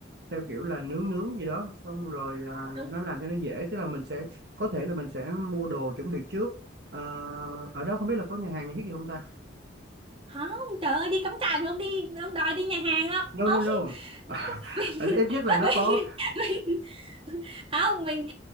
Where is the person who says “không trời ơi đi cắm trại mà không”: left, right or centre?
Right